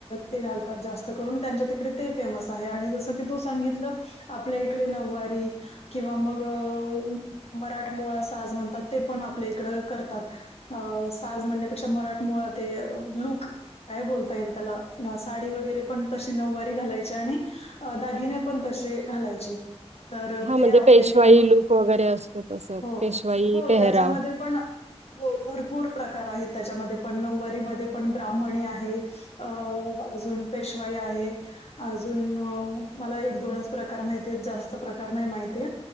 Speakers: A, on the left (about 65°); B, on the right (about 80°).
A: ते घालतात जास्त करून त्यांच्या तिकडे ते फेमस आहे आणि जस त सांगितलं आपल्या इकडे नवारी किंवा मग अ, मराठमोळा असा साज म्हणतात ते पण आपल्या इकडं करतात. अ साज म्हणण्यापेक्षा मराठमोळा ते लूक. काय बोलता येईल त्याला साडी वगैरे पण तशी नऊवारी घालायची आणि दागिने पण तसे घालायचे तर
B: हा म्हणजे
A: ते आपल्या
B: पेशवाई
A: इकडे
B: लूक वगैरे असतो तसं
A: हो
B: पेशवाई
A: हो
B: पेहराव
A: त्याच्यामध्ये पण. हो भरपूर प्रकार आहेत त्याच्यामध्ये पण नऊवारीमध्ये पण ब्राह्मणी आहे. अ अजून पेशवाई आहे अजून मला एक दोनच प्रकार माहिती जास्त प्रकार नाही माहितीय